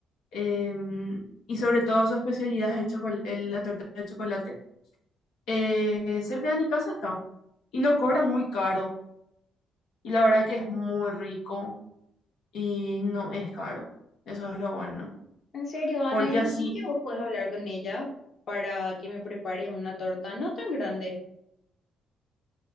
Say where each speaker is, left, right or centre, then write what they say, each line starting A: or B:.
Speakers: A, on the left; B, on the left.
A: em, y sobre todo su especialidad es el chocol- el- la torta de chocolate. eh, cerca de mi casa está. Y no cobra muy caro. Y la verdad que es muy rico y no es caro. Eso es lo bueno.
B: En serio, Ana,
A: Porque
B: y decí
A: así,
B: que vos podés hablar con ella para que me prepare una torta no tan grande.